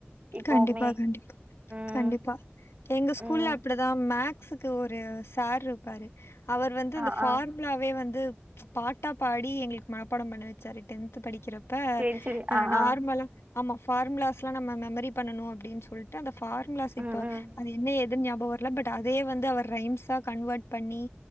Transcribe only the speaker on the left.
கண்டிப்பா கண்டிப்பா
கண்டிப்பா எங்க ஸ்கூல்ல
அப்பிடி தா மேக் ஸ்க்கு ஒரு சார்ருப்பாரு அவர் வந்து
இந்த ஃபார்முலாவே
வந்து பாட்டா பாடி எங்ளுக் மனப்பாடம் பண்ண வச்சாரு டென்த் படிக்கிறப் ப
எ
நார்மலா
ஆமா பஃபார்முலாஸ்ல்லா நம்ம மெமரி பண்ணனு அப்டின் சொல்லிட்டு அந்த ஃபார்முலாஸ் இப்ப
அது என்ன ஏ துன் ஞாபோ வர்ல பட் அதயே வந்து அவர் ரைம்ஸா கன்வர்ட் பண்ணி